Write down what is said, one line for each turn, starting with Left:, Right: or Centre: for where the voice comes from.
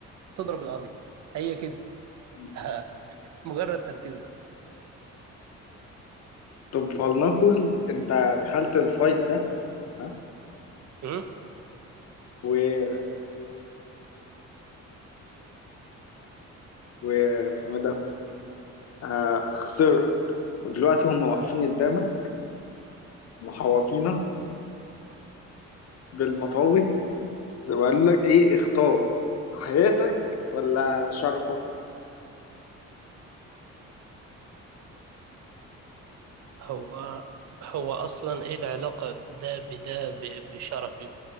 Right: تضرب القاضي هي كده
Left: مم.
Right: <laughs> مجرد تركيز بس
Left: طب فلنقل انت دخلت الفايت ده ها
Right: مم؟
Left: و واسمه ده آه خسرت ودلوقتي هم واقفين قدامك محوطينك بالمطاوي وقالوا لك ايه اختار حياتك ولا شرفك
Right: هو هو أصلا إيه العلاقة ده بده ب- بشرفي